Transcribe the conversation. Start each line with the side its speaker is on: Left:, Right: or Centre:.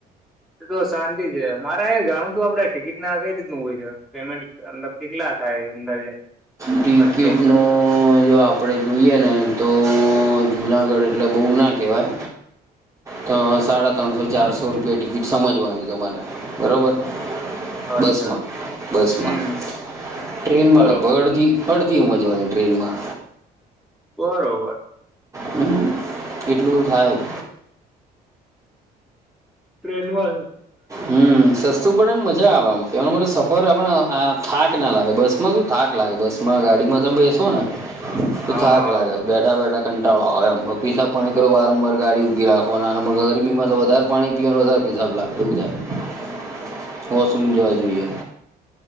Centre: તો શાંતિ <unintelligible> મારે જાણવુ હતું આપડે ટિકિટ ના કઈ રીતનું હોય છે પેમેન્ટલ કેલા થાય અંદાજે
Right: ટિકિટનું
Centre: ખર્ચો
Right: જો આપણે જોઈએ ને તો જુનાગઢ એટલે બો ના કહેવાય તો સાડા ત્રણસો ચારસો રૂપિયા ટિકિટ સમજવાની તમારે બરાબર
Centre: અચ્છા
Right: બસમાં બસમાં
Centre: હમ્મ
Right: ટ્રેનમાં
Centre: બરોબર.
Right: લગ બડધી અડ <unintelligible> ટ્રેનમાં
Centre: બરોબર
Right: હમ કેટલું થાય જ
Centre: ટ્રેન મા
Right: હમ સસ્તું પડે ને મજા આવે‌ આમ <unintelligible> સફર આપડ આ થાક ના લાગે બસ માં શું થાક લાગે બસ મા ગાડીમાં
Centre: હમ્મ
Right: તમે બેસો ને તો
Centre: હા
Right: થાક લાગે બેઠા બેઠા કંટાળો આવે એમ પીસાબ પાણી કરો વારમવાર ગાડી ઉભી રાખ <unintelligible> ગરમીમાં
Centre: હમ્મ
Right: વધારે પાણી પિવા વધારે <unintelligible> વોશરૂમ જોવા જોઈએ